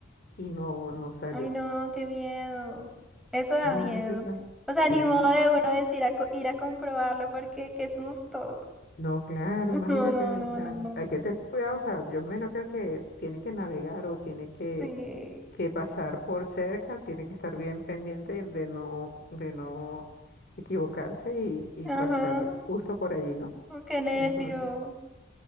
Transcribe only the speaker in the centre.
Ay, no, qué miedo. Eso
da miedo.
O sea,
ni modo de uno decir a co- ir a comprobarlo porque qué susto. <laughs>
No, no, no,
no. no.
Sí,
ajá,
Oh, qué nervio.